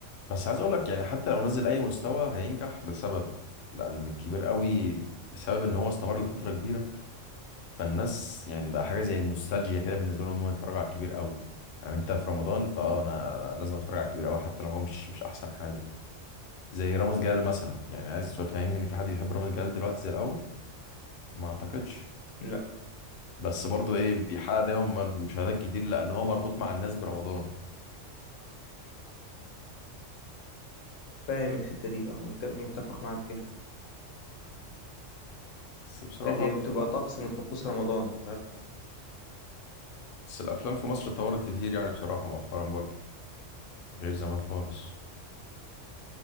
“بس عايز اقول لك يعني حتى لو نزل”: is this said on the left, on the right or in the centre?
Left